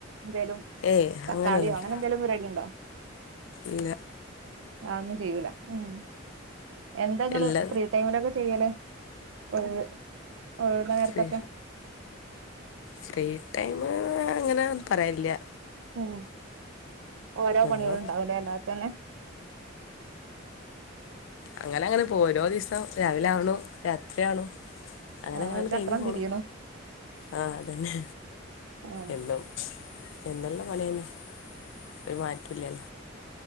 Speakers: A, on the right; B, on the left.
A: എന്തേലും
B: ഏയ്
A: തക്കാളിയോ
B: അങ്ങനെയൊന്നുമില്ല
A: അങ്ങനെ എന്തേലും പരിപാടി ഇണ്ടോ?
B: ഇല്ല.
A: ആ ഒന്നും ചെയ്യൂല ഉം എന്താ ഇങ്ങള്
B: ഇല്ല
A: ഫ്രീ ടൈമിലൊക്കെ ചെയ്യല്? ഒഴിവ്, ഒഴിവ് നേരത്തൊക്കെ
B: ഫ്രീ ഫ്രീ ടൈം അങ്ങനെ പറയാല്ല്യ.
A: ഉം ഓരോ
B: നമ്മളെ
A: പണികളും ഉണ്ടാവല്ലോ അല്ലാതെ തന്നെ.
B: അങ്ങനെ അങ്ങനെ പോവു ഓരോ ദിവസം രാവിലെ ആവുണു രാത്രിയാവ്ണു. അങ്ങനെങ്ങനെണ്ട്
A: ആ ഒരു ചക്രം
B: കയ്ഞ് പോണൂ
A: തിരിയണു
B: ആ അതന്നെ
A: ആ
B: എല്ലോം. എന്നുള്ള പണിയന്നെ ഒരു മാറ്റൂല്ല്യല്ലോ.